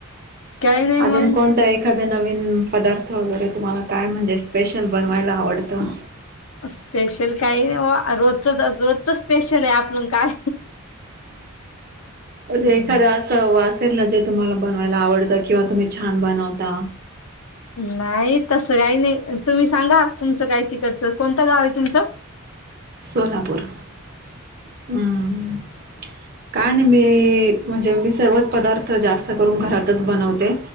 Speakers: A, on the left (about 75°); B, on the right (about 45°).
A: काही नाही
B: अजून
A: मग
B: कोणतं एखाद्या नवीन नवीन पदार्थ वगैरे तुम्हाला काय म्हणजे स्पेशल बनवायला आवडतं
A: स्पेशल काही रोजचच रोजच स्पेशल आहे आपलं काय
B: अन
A: हम्म
B: एखाद असं वाचेल ना जे तुम्हाला बनवता मला आवडत किंवा तुम्ही छान बनवता
A: नाही तसं काही नाही तुम्ही सांगा तुमचं काय तिकडचं कोणतं गाव आहे तुमचं तिकडचं
B: सोलापूर हम्म काय नाही मी म्हणजे मी सर्वच पदार्थ जास्त करून घरातच बनवतो